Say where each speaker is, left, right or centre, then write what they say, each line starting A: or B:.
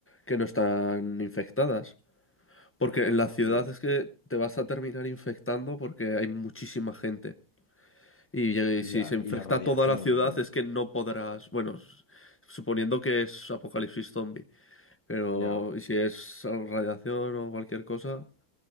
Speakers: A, on the left (about 20°); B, on the left (about 65°).
A: que no están infectadas. Porque en la
B: También.
A: ciudad es que te vas a terminar infectando porque hay muchísima gente. Y eh,
B: Ya,
A: si se infecta
B: y la radiación
A: toda la ciudad
B: y todo.
A: es que no podrás, bueno, s- suponiendo que es apocalipsis zombie, pero
B: Ya,
A: ¿y si es radiación o cualquier cosa?